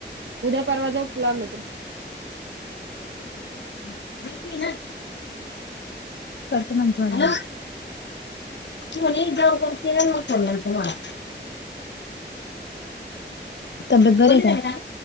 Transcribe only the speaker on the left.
<inaudible> ऐकी ना. करतो नंतर आणि हॅलो. म ने एक जाऊ बघत्या म करणार तुम्हाला? तबेत बरी हाय का?